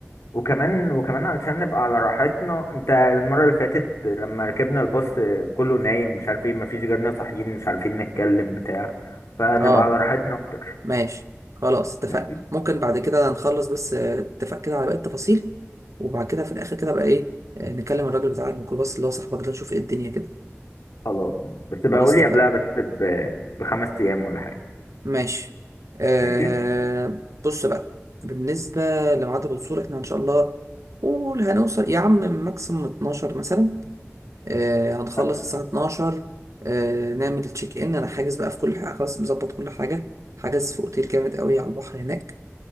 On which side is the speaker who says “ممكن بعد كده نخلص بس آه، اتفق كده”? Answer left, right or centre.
Right